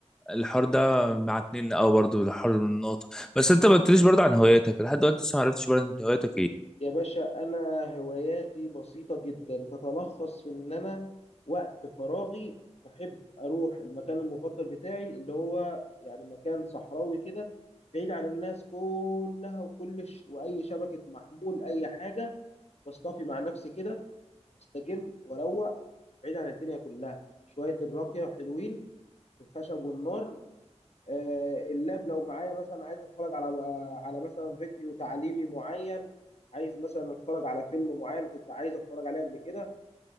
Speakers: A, in the centre; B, on the left.
A: الحوار ده مع اتنين او برضو الحوار من النقطه بس انت ما قلتليش برضو عن هواياتك لحد دلوقتي لسه ما عرفتش برضو انت هواياتك ايه
B: يا باشا أنا هواياتي بسيطة جدا تتلخص في إن أنا وقت فراغي بحب أروح المكان المفضل بتاعي اللي هو يعني مكان صحراوي كده بعيد عن الناس كلها وكل ش... وأي شبكة محمول أي حاجة بصطفي مع نفسي كده واستجم وأروق بعيد عن الدنيا كلها شوية الراقية حلوين الخشب والنار آه، اللاب لو معايا مثلا عايز اتفرج على على مثلا فيديو تعليمي معين عايز مثلا اتفرج على فيلم معين كنت عايز اتفرج عليه قبل كده